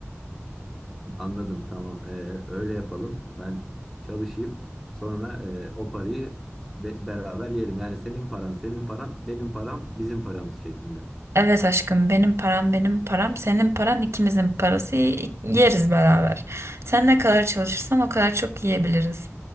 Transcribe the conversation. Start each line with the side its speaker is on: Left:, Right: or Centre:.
Centre: Anladım, tamam. Ee, öyle yapalım. Ben çalışayım. Sonra e, o parayı be- beraber yiyelim. Yani senin paran, senin paran, benim param, bizim paramız şeklinde.
Right: Evet aşkım benim param benim param senin paran ikimizin parası y- yeriz beraber. Sen ne kadar çalışırsan o kadar çok yiyebiliriz.